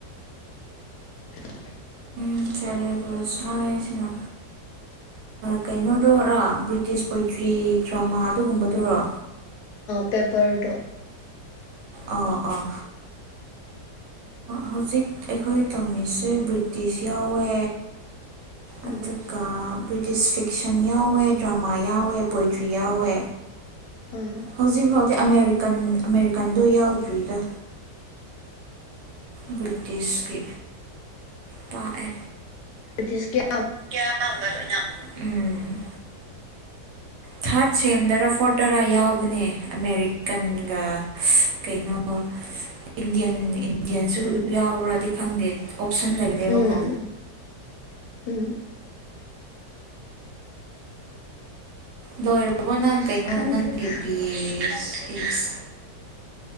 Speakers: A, on the left; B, on the right.
A: <unintelligible> <inaudible>
B: ꯎ ꯆꯂꯦꯕꯕꯁꯥ ꯍꯥꯏꯁꯤꯅ ꯀꯩꯅꯣꯗꯔꯥ ꯕ꯭ꯔꯤꯇꯤꯁ ꯄꯣꯏꯇ꯭ꯔꯤ ꯗ꯭ꯔꯃꯥ ꯑꯗꯨꯒꯨꯝꯕꯗꯨꯔꯣ
A: ꯄꯦꯄꯔꯗꯣ
B: ꯑꯣ ꯑꯥ ꯍꯧꯖꯤꯛ ꯑꯩꯈꯣꯏ ꯇꯝꯃꯤꯁꯦ ꯕ꯭ꯔꯤꯇꯤꯁ ꯌꯥꯎꯋꯦ ꯑꯗꯨ
A: ꯎꯝ
B: ꯒꯥ ꯤꯁ ꯐꯤꯛꯁꯟ ꯌꯥꯎꯋꯦ ꯗ꯭ꯔꯃꯥ ꯌꯥꯎꯋꯦ ꯄꯣꯏꯇ꯭ꯔꯤ ꯌꯥꯎꯋꯦ
A: ꯎꯝ
B: ꯍꯧꯖꯤꯛ ꯐꯥꯎꯗꯤ ꯑꯃꯦꯔꯤꯀꯟ ꯑꯃꯦꯔꯤꯀꯟꯗꯣ ꯌꯥꯎꯗ꯭ꯔꯤꯔ ꯕ꯭ꯔꯤꯇꯤꯁꯀꯤ ꯇꯥꯛꯑꯦ
A: ꯇꯤꯁ ꯀꯌꯥ
B: ꯂ ꯎꯝ ꯊꯥꯔꯠ ꯁꯦꯝꯗꯔꯥ ꯐꯣꯔꯠꯇꯗꯔ ꯌꯥꯎꯕꯅꯦ ꯑꯃꯦꯔꯤꯀꯟꯒ ꯀꯩꯅꯣ
A: <unintelligible> <inaudible>
B: ꯏꯟꯗꯤꯌꯟ ꯏꯟꯗꯤꯌꯥꯟꯁꯨ
A: ꯎꯝ
B: ꯌꯥꯎꯕ꯭ꯔꯥꯗꯤ ꯈꯪꯗꯦ ꯑꯣꯞꯁꯟ ꯂꯩꯕꯅꯦꯕꯀꯣ
A: ꯎꯝ ꯎꯝ
B: ꯂꯣꯏꯔꯕꯣ ꯅꯪ
A: ꯑꯁ
B: ꯀꯩꯅꯣ
A: ꯈꯪꯗꯦꯗ
B: ꯅꯪꯒꯤ ꯕꯤ ꯑꯦ ꯁꯤꯛꯁ